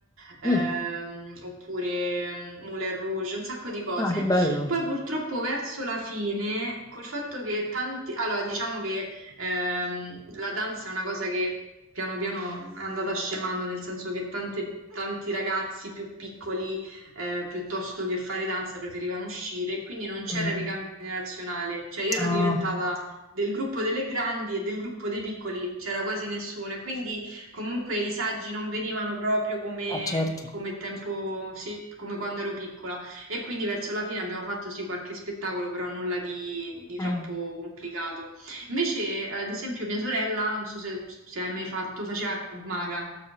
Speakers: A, on the right (about 85°); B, on the left (about 15°).
A: ehm,
B: Mm,
A: oppure mm, Moulin Rouge, un sacco di cose.
B: Ah, che bello.
A: Poi purtroppo verso la fine, col fatto che tanti, allora diciamo che ehm, la danza è una cosa che piano piano è andata scemando, nel senso che tante- tanti ragazzi più piccoli, eh, piuttosto che fare danza, preferivano uscire, e quindi non c'era
B: Mm.
A: ricambio generazionale. Cioè io ero
B: Ah,
A: diventata del gruppo delle grandi e del gruppo dei piccoli c'era quasi nessuno, e quindi comunque i saggi non venivano proprio come...
B: eh, certo.
A: Come tempo, sì, come quando ero piccola. E quindi verso la fine abbiamo fatto sì qualche spettacolo, però nulla di di troppo
B: Mm.
A: complicato. Invece, eh, ad esempio, mia sorella, non so se, se hai mai fatto, faceva Krav Maga.